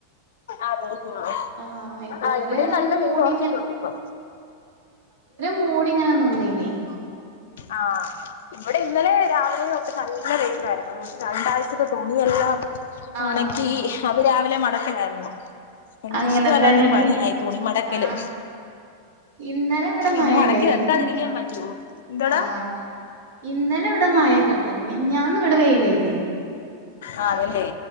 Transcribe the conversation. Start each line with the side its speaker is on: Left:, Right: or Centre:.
Left: അതെ ആ
Right: ആഹ് ഇതുവരെ
Left: ആ ഇവിടെ
Right: ഇങ്ങനെ
Left: നല്ല
Right: മൂടി
Left: വെയ്ലൊറച്ചിട്ടുണ്ടിപ്പം
Right: മൂടിങ്ങനെ നിന്നീനു <inaudible>
Left: ആഹ് ഇവടെ ഇന്നലെ രാവിലെ തൊട്ട് നല്ല നല്ല വെയിയിലായിരുന്നു അതുകൊണ്ട് രണ്ടാഴ്ചത്തെ തുണിയെല്ലാം
Right: ആഹ്
Left: ഒണക്കി ഹാ അത് രാവിലെ മടക്കിലായിര്ന്നു എനക്ക്ഷ്ടമല്ലാത്തൊരു
Right: അങ്ങനെ തന്നെ
Left: പണിയായി
Right: ഇ
Left: തുണി മടക്കല്
Right: ആഹ് ഇന്നലെ ഇവിടെ
Left: പിന്നെ
Right: മഴണ്ടേനി
Left: മടക്കി വെക്കാതിരിക്കാൻ
Right: പിന്നെ
Left: പറ്റ <unintelligible> എന്തടാ
Right: ആഹ് അതെ ഇന്നലെ ഇവടെ മായണ്ടായീന് മിഞ്ഞാന്ന് വടെ വെയിലേനി
Left: ആഹ് അതല്ലേ